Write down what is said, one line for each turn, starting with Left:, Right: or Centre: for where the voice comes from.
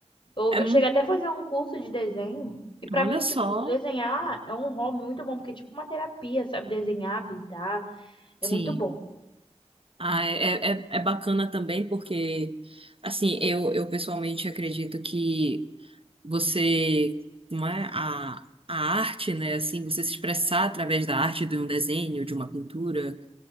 Left: Eu,
Right: É
Left: eu
Right: muito...
Left: cheguei até a fazer um curso de desenho, e pra
Right: Olha
Left: mim,
Right: só,
Left: tipo, desenhar é um hobby muito bom, porque é tipo uma terapia, sabe? Desenhar, pintar,
Right: sim.
Left: é muito bom.
Right: Ah, é, é, é bacana também porque, assim, eu, eu pessoalmente acredito que você, como é, a, a arte, né, assim, você se expressar através da arte de um desenho, de uma pintura,